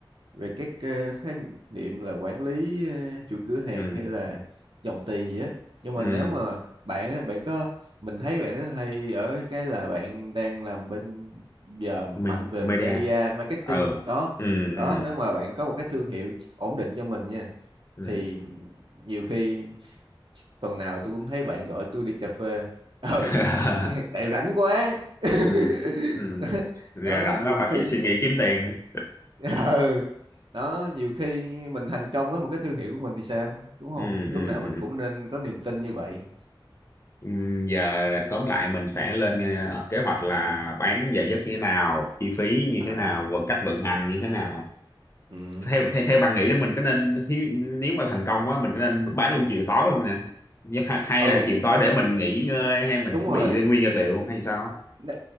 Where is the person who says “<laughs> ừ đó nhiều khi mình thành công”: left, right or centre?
Right